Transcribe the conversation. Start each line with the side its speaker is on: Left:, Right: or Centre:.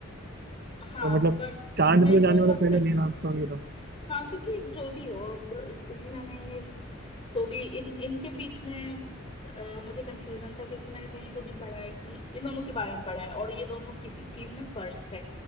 Left: हाँ
Right: तो मतलब
Left: बट
Right: चांद
Left: मेरे
Right: पे तो जाने
Left: को ये लगता
Right: वाला पहला
Left: है
Right: नील
Left: कि
Right: आर्मस्ट्रांग ही था
Left: हाँ क्योंकि जो भी हो अब क्योंकि मैंने इस तो भी इन इनके बीच में अ, मुझे कंफ्यूजन था क्योंकि मैंने कहीं तो भी पढ़ा है कि इन दोनों के बारे में पढ़ा है और ये दोनों किसी चीज में फर्स्ट है